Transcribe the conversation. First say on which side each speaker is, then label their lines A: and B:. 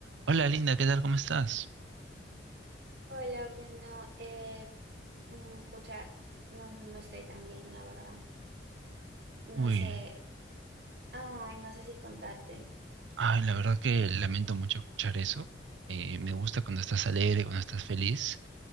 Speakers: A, on the right (about 75°); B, on the right (about 60°).
A: Hola Linda, ¿qué tal? ¿Cómo estás?
B: Hola Bruno, eh, mm, pucha, no, no estoy tan bien, la verdad.
A: Uy,
B: No sé, ay, no sé si contarte.
A: ay, la verdad que lamento mucho escuchar eso. Eh, me gusta cuando estás alegre, cuando estás feliz.